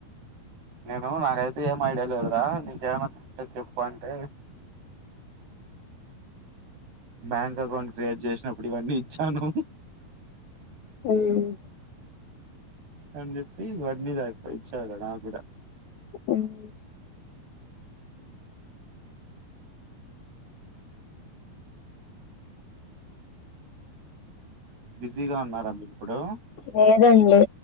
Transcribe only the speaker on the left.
ఉమ్.
ఉమ్.
లేదండి